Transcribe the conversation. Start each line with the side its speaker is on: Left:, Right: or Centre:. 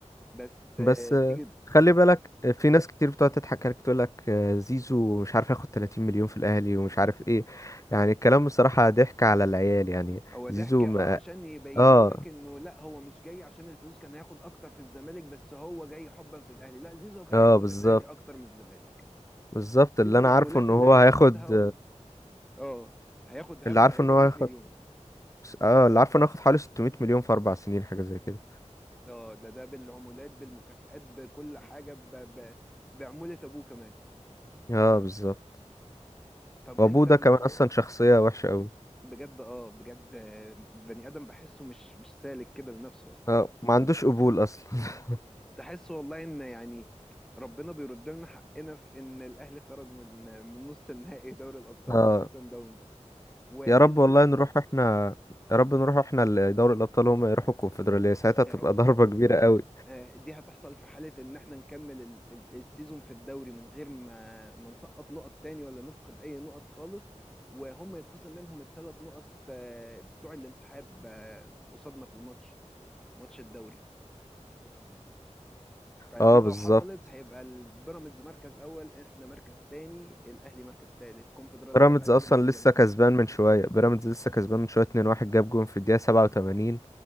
Centre: بس
Left: بس
Centre: آه،
Left: آه
Centre: تيجي
Left: خلي
Centre: آه،
Left: بالك آه، في ناس كتير بتقعد تضحك عليك تقول لك آه زيزو مش عارف ياخد 30 مليون في الأهلي ومش عارف إيه يعني الكلام بصراحة ضحك على العيال يعني
Centre: هو ضحك
Left: زيزو
Centre: اه
Left: ما
Centre: عشان يبينوا
Left: اه
Centre: لك انه لا هو مش جاي عشان الفلوس كان هياخد اكتر في الزمالك بس هو جاي حبا في الاهلي لا زيزو هياخد
Left: اه بالظبط
Centre: في الاهلي اكتر من الزمالك
Left: بالظبط
Centre: زيزو
Left: اللي أنا
Centre: العمولات
Left: عارفه إن
Centre: اللي
Left: هو
Centre: هياخدها
Left: هياخد
Centre: و... اه هياخد هياخد
Left: اللي عارفه
Centre: تقريبا
Left: إن هو
Centre: 100
Left: هياخد
Centre: مليون
Left: اه اللي عارفه إنه هياخد حوالي 600 مليون في أربع سنين حاجة زي كده
Centre: اه ده ده بالعمولات بالمكافآت بكل حاجة ب... ب... بعمولة ابوه كمان
Left: اه بالظبط
Centre: طب
Left: وابوه
Centre: انت
Left: ده كمان اصلا شخصية وحشة قوي
Centre: بجد اه بجد آه، بني ادم بحسه مش مش سالك كده لنفسه اصلا
Left: اه ما عندوش قبول اصلا <laughs>
Centre: تحس والله ان يعني ربنا بيرد لنا حقنا في ان الاهلي خرج من من نص النهائي دوري الابطال
Left: اه
Centre: قصاد سان داونز وعايز
Left: يا رب
Centre: اقول
Left: والله
Centre: لك
Left: نروح احنا يا رب نروح احنا لدوري الابطال هم يروحوا الكونفدرالية ساعتها تبقى
Centre: يا رب
Left: <laughs> ضربة كبيرة
Centre: يا
Left: قوي
Centre: رب آه، دي هتحصل في حاله ان احنا نكمل ال- ال- السيزون في الدوري من غير ما ما نسقط نقط تاني ولا نفقد اي نقط خالص وهم يتخصم منهم الثلاث نقط آه، بتوع الانسحاب آه، قصادنا في الماتش ماتش الدوري فدي
Left: اه
Centre: لو
Left: بالظبط
Centre: حصلت هيبقى البيراميدز مركز اول احنا مركز تاني الاهلي مركز تالت كونفدراليه
Left: بيراميدز
Centre: بقى كده
Left: اصلا
Centre: بالسلامه
Left: لسه كسبان من شوية بيراميدز لسه كسبان من شوية 2-1 جاب جون في الدقيقة 87